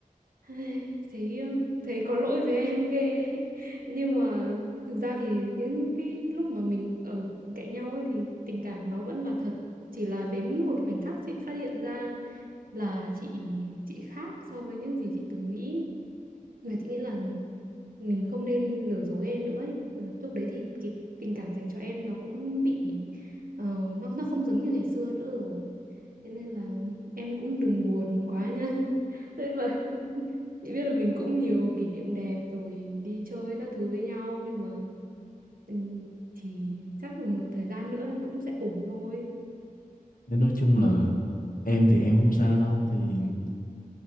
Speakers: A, on the right; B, on the left.
A: Ai, Thấy thấy có lỗi với em ghê <laughs> ấy. Nhưng mà thực ra thì những cái lúc mà mình ở cạnh nhau ấy thì tình cảm nó vẫn là thật. Chỉ là đến một khoảnh khắc chị phát hiện ra là chị chị khác so với những gì chị từng nghĩ. Là chị nghĩ là mình không nên lừa dối em nữa ấy. Ờ, Lúc đấy thì cái tình cảm dành cho em nó cũng bị ờ, nó nó không giống như ngày xưa nữa rồi. Thế nên là em cũng đừng buồn quá nha. <laughs> Tức là <laughs> chị biết là mình cũng nhiều kỷ niệm đẹp rồi đi chơi các thứ với nhau nhưng mà ừ, thì chắc là một thời gian nữa em cũng sẽ ổn thôi.
B: nên nói chung là em thì em không sao đâu thì